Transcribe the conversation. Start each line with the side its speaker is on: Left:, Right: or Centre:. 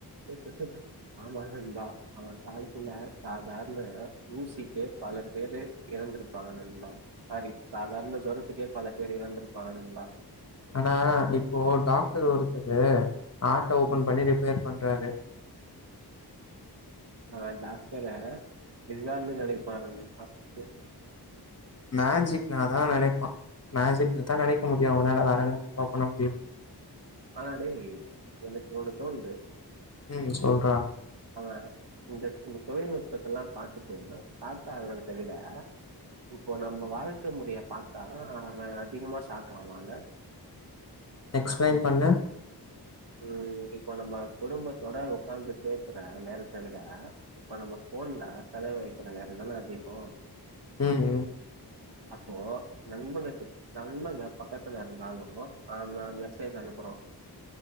Right: <unintelligible> ஆமா நண்பா அவ காலத்துல சாதார்ண ஊசிக்கே பல பேரு எறந்திருப்பாங்க நண்ப சாரி சாதாரண ஜொரத்துக்கே பல பேரு எறந்திருப்பாங்க நண்பா
Left: ஆனா இப்போ டாக்டர் ஒருத்தரு ஹார்ட்ட ஓப்பன்
Right: ம்.
Left: பண்ணி ரிப்பேர் பண்றாரு
Right: ஆ டாக்டரா எல்லாருமே நெனைப்பாங்க இது பாத்துட்டு
Left: மேஜிக்னாதா நெனைப்பா மேஜிக்னுதா நெனைக்க முடியு அவனால வேற என்ன நண்பா பண்ண முடியு
Right: ஆனா டேய் எனக்கு ஒன்னு தோணுது
Left: ம் சொல்றா
Right: அவ இந்த இந்த தொழில்நுட்பத்தெல்லா பாத்துட்டு நா சாக் ஆகுறத்தவிட இப்போ நம்ம வாழ்க்க முறைய பாத்தா அவனு அதிகமா சாக் ஆவால்ல
Left: எக்ஸ்பிளைன் பண்ணு
Right: ம் இப்ப நம்ப குடும்பத்தோட ஒக்காந்து பேசுற நேரத்த விட இப்ப நம்ம ஃபோன்ல செலவழிக்கிற நேர தான அதிகோ
Left: ம் ம்
Right: அப்போ நண்பனுக்கு நல்லா எ பக்கத்துல இருந்தாலு ஆம் நாம் மெசேஜ் அனுப்புறோ